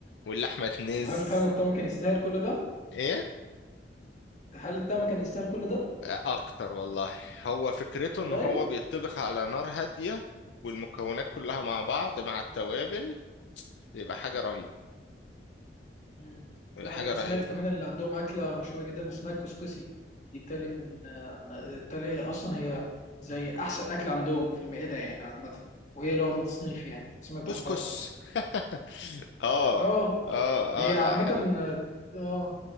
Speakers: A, on the left; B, on the left.
A: واللحمة تنز
B: هل فعلا الطعم كان يستاهل كل ده
A: ايه
B: هل الطعم كان يستاهل كل ده
A: اكتر والله هو فكرته
B: والله
A: ان هو بيتطبخ على نار هادية والمكونات كلها مع بعض مع التوابل بيبقى حاجة رهيبة
B: مم.
A: بيبقى
B: لا
A: حاجة
B: ده انا
A: رهيبة
B: سمعت كمان اللي عندهم اكله مشهوره جدا اسمها الكسكسي دي بتالي من آه، بالتالي اصلا هي زي احسن اكل عندهم في المائده يعني عامه وهي اللي واخده تصنيف يعني سمعت
A: كسكس
B: الحوار ده
A: <laughs> اه
B: اه
A: اه
B: هي
A: اه
B: عامه
A: لا حلو
B: اه آه،